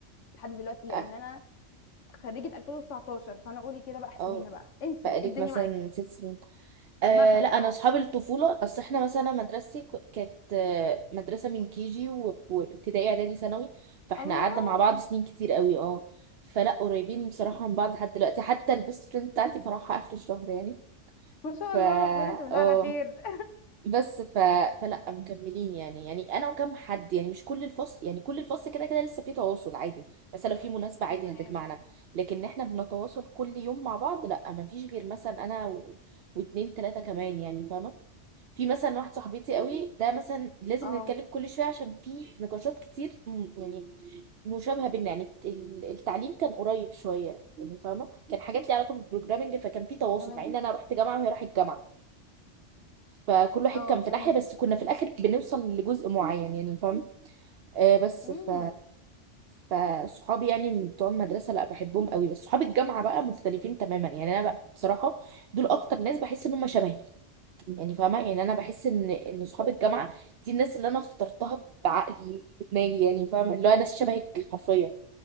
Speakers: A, on the left; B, on the right.
A: لحد دلوقتي لان
B: اه
A: انا خريجة 2019 فانا قولي كده بقى احسبيها
B: آه،
A: بقى انتي
B: بقالك
A: إيه الدنيا
B: مثلا
A: معاكي
B: ست سنين آه
A: مثلا
B: لا انا
A: اه
B: اصحاب الطفوله اصل احنا مثلا مدرستي ك- كانت آه، مدرسه من كي جي وابتدائي اعدادي ثانوي فاحنا
A: الله
B: قعدنا مع بعض سنين كتير قوي اه فلا قريبين بصراحه من بعض لحد دلوقتي حتى البيست فريند بتاعتي فرحها اخر الشهر يعني
A: ما شاء
B: ف
A: الله
B: اه
A: ربنا انت بالله على خير
B: بس ف... فلا مكملين يعني يعني انا وكم حد يعني مش كل الفصل يعني كل الفصل كده كده لسه في تواصل عادي مثلا لو في مناسبة
A: <laughs>
B: عادي
A: تمام
B: هتجمعنا لكن احنا بنتواصل كل يوم مع بعض لا ما فيش غير مثلا انا و... واتنين تلاتة كمان يعني فاهمة في مثلا واحد صاحبتي قوي ده مثلا لازم
A: اه
B: نتكلم كل شوية عشان في نقاشات كتير م- يعني مشابهة بينا يعني الت- ال- التعليم كان قريب شوية يعني فاهمة كان حاجات ليها علاقة بالبروجرامنج فكان في تواصل
A: تمام
B: مع ان انا رحت جامعة وهي راحت جامعة فكل واحد
A: اه
B: كان في
A: فهماكي
B: ناحية بس كنا في الآخر بنوصل لجزء معين يعني فاهم آه بس
A: امم
B: ف فصحابي يعني من بتوع المدرسة لا بحبهم قوي بس صحاب الجامعة بقى مختلفين تماما يعني أنا بقى بصراحة دول أكتر ناس بحس إن هم شبهي يعني فاهمة يعني أنا بحس إن إن صحاب الجامعة دي الناس اللي أنا اخترتها بعقلي بدماغي يعني فاهمة اللي هو ناس شبهك حرفيا